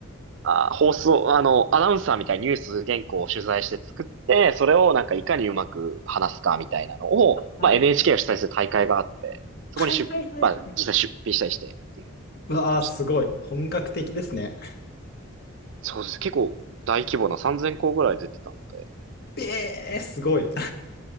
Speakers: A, on the right; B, on the left.
A: あ、放送、あの、アナウンサーみたいにニュース原稿を取材して作って、それをなんかいかにうまく話すかみたいなのを、
B: あー、
A: まあ、NHK を主催する大会があって、そこに出、
B: はいはいはいはい。
A: まあ、実際出品したりしてっていうのをやってました。
B: うわあ、すごい。本格的ですね。<laughs>
A: そうです。結構大規模な3000校ぐらい出てたので、
B: ええー、すごい。